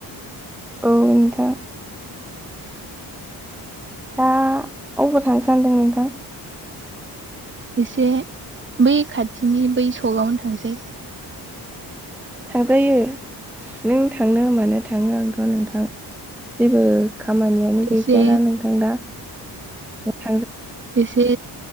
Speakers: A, in the centre; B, on the right.
A: औ नोंथां। दा अबाव थांनो सानदों नोंथां?
B: एसे बै खाथिनि बै सकआवनो थांसै।
A: थांजायो नों थांनो मानो थाङो आंथ' नोंथां जेबो खामानियानो
B: एसे
A: गैखायाना नोंथां दा? <unintelligible>
B: एसे